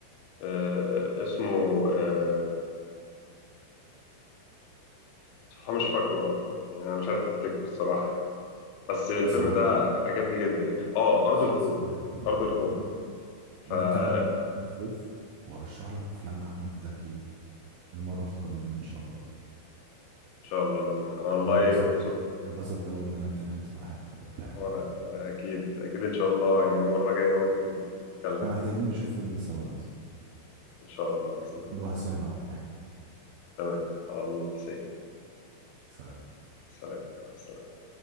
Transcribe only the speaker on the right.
خلص يا عم
خلص
احنا
نتكلم عن الخوف وارشح لك افلام لاحمد زكي المره القادمه ان شاء الله
انا انبسطت
انبسطت قوي ان انا اتكلمت معاك في الافلام
والجو ده
احنا محتاجين
نشوف فيلم سوا يا زميلي.
نروح سينما او حاجه
ماشي، سلام